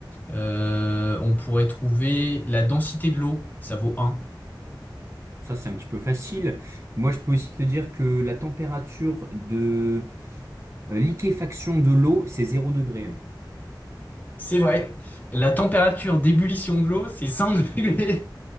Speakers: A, on the left; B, on the right.
A: euh, on pourrait trouver la densité de l'eau, ça vaut un
B: Ça, c'est un petit peu facile. Moi, je peux aussi te dire que la température de euh, liquéfaction de l'eau, c'est zéro degré.
A: C'est vrai. La température d'ébullition de l'eau, c'est 100 degrés.